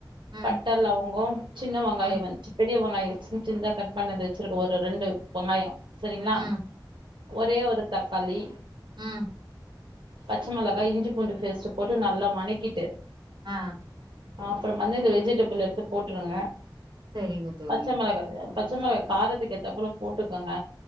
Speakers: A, on the right (about 65°); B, on the right (about 80°).
A: ம்
B: பட்ட லவங்கம் சின்ன வெங்காயவன்
A: ம்
B: ச்சு பெரிய வெங்காயம் யேட்சி சின்ந்தா கட் பண்ணது வெச்சிருக்க ஒரு ரெண்டு வெங்காயோ செரிங்களா
A: ம்
B: ஒரே ஒரு தக்காளி
A: உம்
B: பச்ச மொளகா இஞ்சி பூண்டு பேஸ்ட் போட்டு நல்லா வனக்கிட்டு
A: ஆ
B: அப்றமா வந்து இந்த வெஜிடபிள் எடுத்து போட்டுருங்க
A: சரிங்க தோழி
B: பச்சமிளகா பச்ச மொளகா காரத்துக்கு ஏத்தப்லே போட்டுக்கோங்க